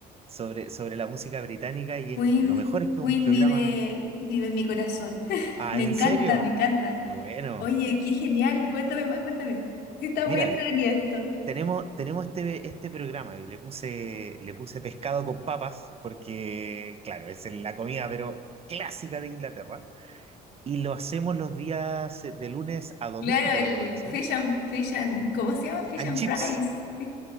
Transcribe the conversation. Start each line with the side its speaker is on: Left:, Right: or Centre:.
Right: sobre, sobre la música británica y
Left: Queen,
Right: es, lo mejor es que
Left: Queen
Right: un programa...
Left: vive, vive en mi corazón. <laughs>
Right: Ah,
Left: Me
Right: ¿en
Left: encanta,
Right: serio?
Left: me encanta.
Right: Qué bueno.
Left: Oye, qué genial, cuéntame más, cuéntame. Sí, está
Right: Mira,
Left: muy entretenido esto.
Right: tenemos, tenemos este, este programa y le puse, le puse pescado con papas porque, claro, es la comida, pero clásica de Inglaterra. Y lo hacemos los días eh, de lunes a domingo,
Left: Claro, el
Right: lo voy a hacer.
Left: fish and, fish and, ¿cómo se llama? Fish
Right: And
Left: and
Right: chips,
Left: fries, fish